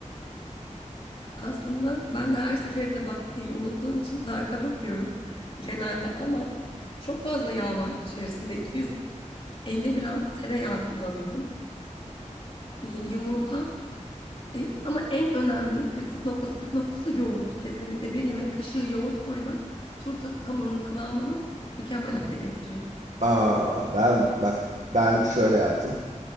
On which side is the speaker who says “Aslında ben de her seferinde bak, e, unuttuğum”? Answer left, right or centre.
Left